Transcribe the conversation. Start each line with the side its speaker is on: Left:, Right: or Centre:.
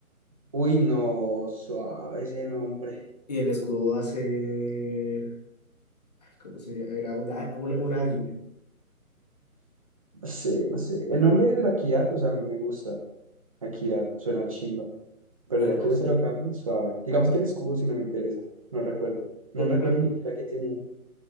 Right: Uy, no, suave ese nombre.
Left: Y el escudo va a ser, ¿cómo se llama? Era una, una, una águila.
Right: No sé, no sé. El nombre de la Equidad, o sea, a mí me gusta. Equidad, suena chimba. Pero
Left: Además.
Right: ya que se lo cambien, suave. Digamos que el escudo si no me interesa. No recuerdo. No
Left: Pero,
Right: recuerdo
Left: pero
Right: ni siquiera qué tenían.